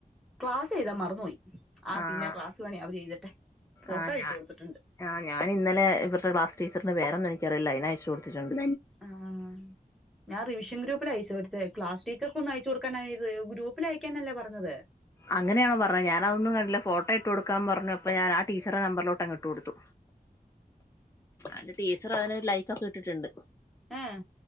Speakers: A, in the centre; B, on the left.
A: ക്ലാസെയ്താ മറന്ന് പോയി ആ
B: ആഹ്
A: പിന്നെ ക്ലാ ണ അവര് എഴ്തട്ടെ ഫോട്ടോ
B: ആഹ്
A: വെച്ച്
B: ഞാ
A: കൊടുത്തിട്ടുണ്ട്
B: ആഹ് ഞാന് ഇന്നലെ ഇവരുടെ ക്ലാസ്ടീച്ചറിന് പേരൊന്നും എനിക്കറിയില്ല അയ്ന് അയച്ചു കൊടുത്തിട്ടുണ്ട്
A: ആഹ് ഞാൻ റിവിഷൻ ഗ്രൂപ്പിൽ അയച്ചു കൊടുത്ത് ക്ലാസ് ടീച്ചർക്ക് ഒന്നും അയച്ച് കൊടുക്ക <unintelligible> ഗ്രൂപ്പിൽ അയക്കാനല്ലേ പറഞ്ഞത്
B: അങ്ങനെയാണോ പറഞ്ഞ ഞാനതൊന്നും കണ്ടില്ല ഫോട്ടോ ഇട്ട് കൊടുക്കാൻ പറഞ്ഞപ്പോ ഞാൻ ടീച്ചറെ നമ്പറിലോട്ട് അങ്ങ് ഇട്ട് കൊടുത്തു അത് ടീച്ചർ അയ്നൊരു ലൈക്കൊക്കെ ഇട്ടിട്ടുണ്ട്
A: ഏഹ്